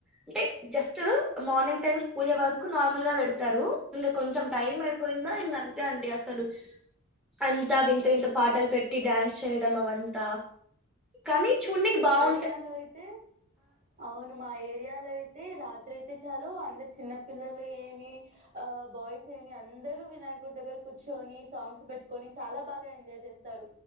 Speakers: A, in the centre; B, on the right.
A: అంటే జస్ట్ మార్నింగ్ టైమ్స్ పూజ వరకు నార్మల్ గా పెడుతారు ఇంగ కొంచం టైం అయిపోయిందా ఇంగ అంతే అండి అసలు అంతా వింత వింత పాటలు పెట్టి డ్యాన్స్ చేయడం అవంత కని చూనిక బాగు
B: ఇయాల ఐతే అవును మా ఏరియాలో అయితే రాత్రి అయితే చాలు అందరు చిన్న పిల్లలు ఏమి ఆ బాయ్స్ మీ అందరు వినాయకుడి దగ్గర కూర్చొని సాంగ్స్ పెట్టుకోని చాలా బాగా ఎంజాయ్ చేస్